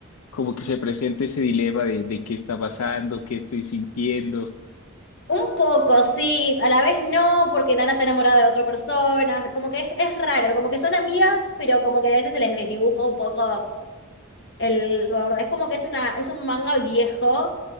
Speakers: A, on the left; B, on the left.
A: como que se presenta ese dilema de, de qué está pasando, qué estoy sintiendo.
B: Un poco, sí, a la vez no, porque Nana está enamorada de otra persona, como que es, es raro, como que son amigas, pero como que a veces se les desdibuja un poco El gordo, es como que es una, es un manga viejo,